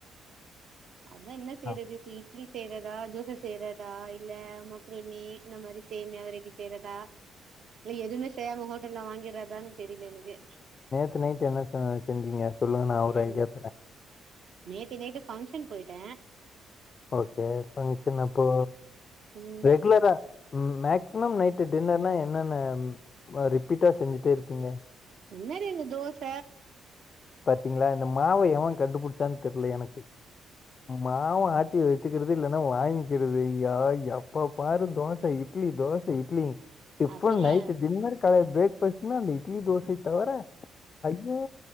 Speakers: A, on the right; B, on the left.
A: அதே என்ன செய்றது
B: ஆ.
A: இப்ப இட்லி செய்றத் தா தோச செய்றதா இல்ல மக்ருனி இந்த மாரி சேமியா வெரைட்டி செய்றதா இல்ல எதுவுமே செயாமா ஹோட்டல்ல வாங்கிறதான்னு தெரியல எதுமே
B: நேத் நைட்டு என்ன சமயல் செஞ்சீங்க சொல்லுங்க நா ஒரு ஐடியா
A: ம்
B: தரே
A: நேத்து நைட்டு ஃபங்ஷன் போய்ட்டே
B: ஓகே ஃபங்சன் அப்போ
A: ம்
B: ரெகுலரா ம் மேக்சிமம் நைட்டு டின்னர்னா என்னன்ன அ ரிப்பீட்டா செஞ்சுட்டே இருப்பீங்க
A: என்னது இது தோச
B: பாத்தீங்ளா இந்த மாவ எவெ கண்டுபுடிச்சானு தெர்ல எனக்கு மாவ ஆட்டி வச்சுக்கறது இல்லனா வாங்கிக்கறது யா எப்ப பாரு தோச இட் லி தோச இட்லி எப்பவு
A: அப்டின்னு
B: நைட் டின்னர் காலெல பிரேக் ஃபாஸ்ட்னா அந்த இட்லி தோசைத்தவர ஐயோ